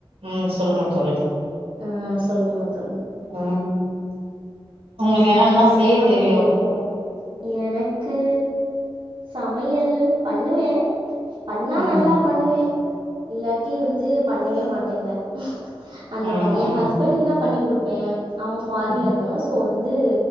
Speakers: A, on the right; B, on the right.
A: உம் சொல்லுங்க தோழி
B: உம் சொல்லுங்க தோழி
A: ம் உங்களுக்கு என்னென்னல்லா
B: அப்றோ
A: செய்ய
B: என்ன
A: தெரியு
B: பண்றீங்க எனக் க்கு சமையல் பண்ணுவே பண்ணா
A: ம்
B: நல்லா பண்ணுவே இல்லாட்டி வந்து பண்ணவே மாட்டே ங்க அந்த
A: ம்
B: மாரி எ ஹஸ்பண்டக்குனா பண்ணி குடுப்பே அவுங்க ஃபாரின்ல
A: ம்
B: இருக்காங்க சோ வந்து வந்து